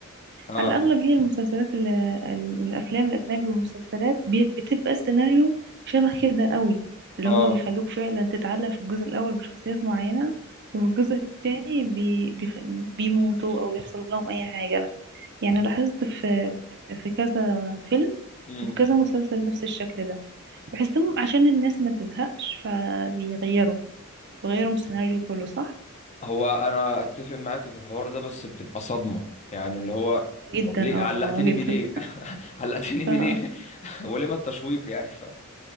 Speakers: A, on the left; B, on the right.
A: اه
B: على الأغلب هي المسلسلات ال- ال- الأفلام الأجنبي والمسلسلات بي- بتبقى السيناريو شبه كده قوي اللي
A: اه
B: هو بيخلوك فعلا تتعلق في الجزء الأول بشخصيات معينة وفي الجزء التاني بي بيخ- بيموتوا أو بيحصل لهم أي حاجة يعني لاحظت في في كذا فيلم
A: امم
B: وفي كذا مسلسل نفس الشكل ده بحسهم عشان الناس ما تزهقش فبيغيروا بيغيروا السيناريو كله صح
A: هو انا اتفق معاك في الحوار ده بس بتبقى صدمه يعني اللي هو
B: جدا
A: طب ليه علقتني
B: اه جدا
A: بيه ليه <laughs> علقتني بيه
B: <laughs>
A: ليه <laughs> ولما التشويق يعني ف...